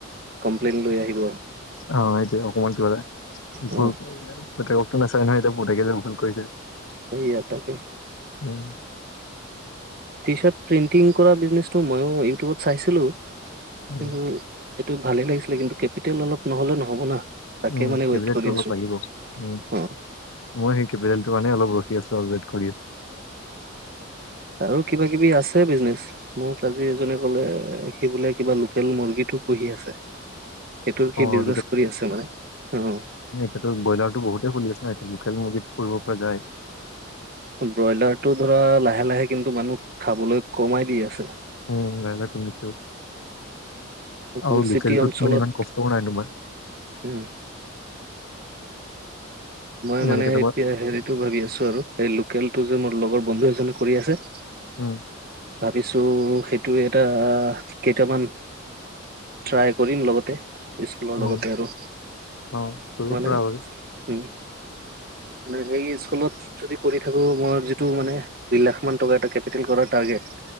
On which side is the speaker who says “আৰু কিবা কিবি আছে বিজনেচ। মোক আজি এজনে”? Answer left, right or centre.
Right